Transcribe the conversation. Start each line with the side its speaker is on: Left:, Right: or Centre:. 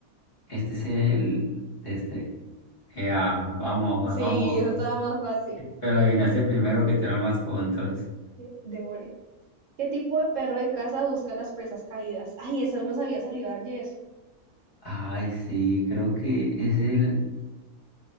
Left: Este es el de este. Ya, vamos,
Right: sí,
Left: vamos.
Right: eso estaba más fácil.
Left: Pero la adivinaste primero que te dan más puntos.
Right: eh, Devore. ¿Qué tipo de perro de casa busca las presas caídas? Ay, esa nos había salido ayer.
Left: Ay, sí, creo que es el.